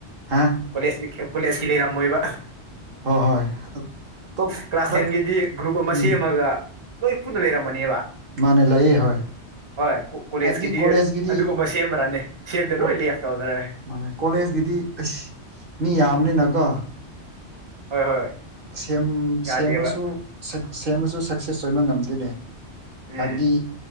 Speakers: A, on the right; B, on the right.
A: ꯍꯥ
B: ꯀꯣꯂꯦꯖ ꯀꯣꯂꯦꯖꯀꯤ ꯂꯩꯔꯝꯃꯣꯏꯕ
A: ꯍꯣꯏ ꯍꯣꯏ ꯑꯇꯣꯞ
B: ꯀ꯭ꯂꯥꯁ
A: ꯈꯔ
B: ꯇꯦꯟꯒꯤꯗꯤ ꯒ꯭ꯔꯨꯞ ꯑꯃ
A: ꯎꯝ
B: ꯁꯦꯝꯃꯒ ꯂꯣꯏ ꯄꯨꯟꯅ ꯂꯩꯔꯝꯃꯅꯤꯕ
A: ꯃꯥꯅꯦ ꯂꯩꯌꯦ ꯍꯣꯏ
B: ꯍꯣꯏ ꯀꯣꯂꯦꯖꯀꯤꯗꯤ
A: ꯍꯥꯏꯕꯗꯤ ꯀꯣꯂꯦꯖꯀꯤꯗꯤ
B: ꯑꯗꯨꯒꯨꯝꯕ ꯁꯦꯝꯕ꯭ꯔꯅꯦ ꯁꯦꯝꯗꯦ
A: ꯀꯣ
B: ꯂꯣꯏ ꯂꯦꯞ ꯇꯧꯅꯔꯦ
A: ꯃꯥꯅꯦ ꯀꯣꯂꯦꯖꯀꯤꯗꯤ ꯑꯁ ꯃꯤ ꯌꯥꯝꯕꯅꯤꯅꯀꯣ
B: ꯍꯣꯏ ꯍꯣꯏ
A: ꯁꯦꯝ
B: ꯌꯥꯗꯦꯕ
A: ꯁꯦꯝꯔꯁꯨ ꯁꯦꯝ ꯁꯦꯝꯔꯁꯨ ꯁꯛꯁꯦꯁ ꯑꯣꯏꯕ ꯉꯝꯗꯦꯅꯦ
B: ꯎꯝ
A: ꯍꯥꯏꯕꯗꯤ